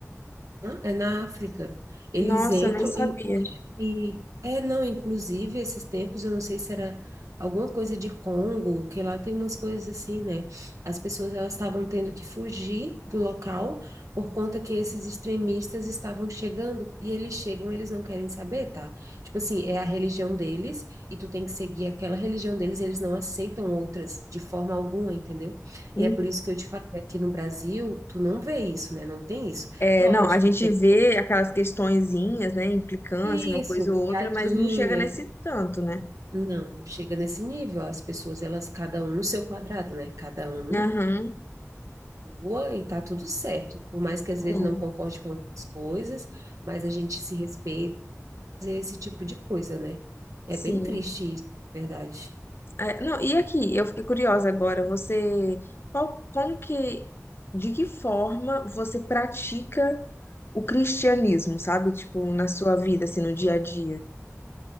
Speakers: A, on the right; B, on the left.
A: é na África. Eles
B: Nossa,
A: entram,
B: eu nem sabia.
A: E, é, não, inclusive, esses tempos, eu não sei se era alguma coisa de Congo, que lá tem umas coisas assim, né? As pessoas, elas estavam tendo que fugir do local por conta que esses extremistas estavam chegando, e eles chegam, eles não querem saber, tá? Tipo assim, é a religião deles, e tu tem que seguir aquela religião deles, eles não aceitam outras de forma alguma, entendeu?
B: Uhum.
A: E é por isso que eu te falo, aqui no Brasil, tu não vê isso, né? Não tem isso.
B: É,
A: Lógico,
B: não, a gente
A: tem
B: vê aquelas questõezinhas, né, implicância,
A: isso,
B: uma coisa ou outra,
A: piadinha
B: mas não chega nesse tanto, né?
A: Não, não chega nesse nível. As pessoas, elas, cada um no seu quadrado, né? Cada um
B: Aham,
A: voa e tá tudo certo. Por mais que às
B: sim.
A: vezes não concorde com algumas coisas, mas a gente se respeita, fazer esse tipo de coisa, né? É
B: Sim.
A: bem triste isso, na verdade.
B: É, não, e aqui, eu fiquei curiosa agora, você, qual, como que, de que forma você pratica o cristianismo, sabe? Tipo, na sua vida, assim, no dia a dia.